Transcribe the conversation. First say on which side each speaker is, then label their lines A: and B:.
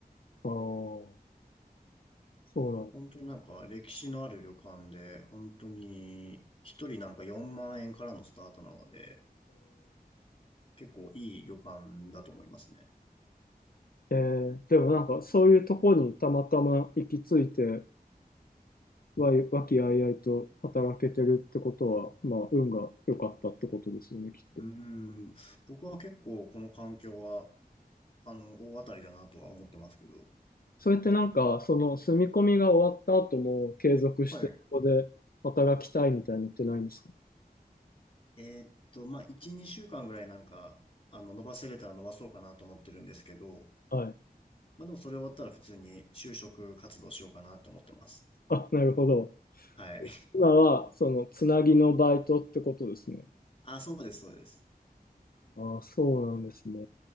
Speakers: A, on the left; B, on the left.
A: ああ、そうなんだ。
B: でも本当になんか歴史のある旅館で、本当に一人なんか4万円からのスタートなので、結構いい旅館だと思いますね。
A: えー、えーでもなんかそういうとこにたまたま行き着いて、わい、和気あいあいと働けてるってことは、まあ、運が良かったってことですよね、きっと。
B: うーん、僕は結構この環境は、あの、大当たりだなとは思ってますけど。
A: それってなんか、その住み込みが終わった後も継続してここで働きたいみたいのってないんですか
B: はい。えーっと、まあ、1、2週間ぐらいなんか、あの、伸ばせれたら伸ばそうかなと思ってるんですけど、
A: はい。
B: まあ、でもそれ終わったら普通に就職活動しようかなと思ってます。
A: あ、なるほど。
B: はい。
A: 今は、その、つなぎのバイトってことですね。
B: <laughs> あ、そうです、そうです。
A: ああ、そうなんですね。